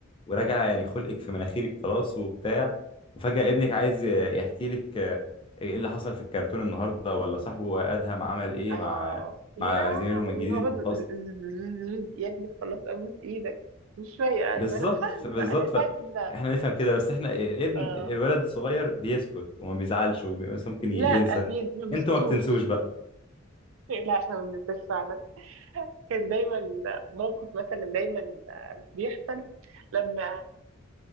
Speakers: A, on the left; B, on the right.
A: وراجع
B: اه
A: يعني خلقك في مناخيرك خلاص وبتاع وفجأة ابنك عايز ي- يحكي لك آه، ايه اللي حصل في الكرتون النهارده ولا صاحبه ادهم عمل ايه
B: اه
A: مع
B: ياه
A: مع زميلهم
B: ويقعد
A: الجديد اللي في الفصل
B: <laughs> يا ابني خلاص ابوس ايدك مش شويه ايوه
A: بالظبط
B: لا فاهمه
A: ف- بالظبط
B: انا فاهمه
A: ف احنا نفهم كده بس احنا الابن
B: آه
A: الولد الصغير بيسكت وما بيزعلش وبي- بس ممكن
B: لا
A: ي- ينسى
B: بي... ما بيسكتوش
A: انتوا ما بتنسوش بقى
B: لا احنا ما بننساش فعلا كان دايما موقف مثلا دايما بيحصل لما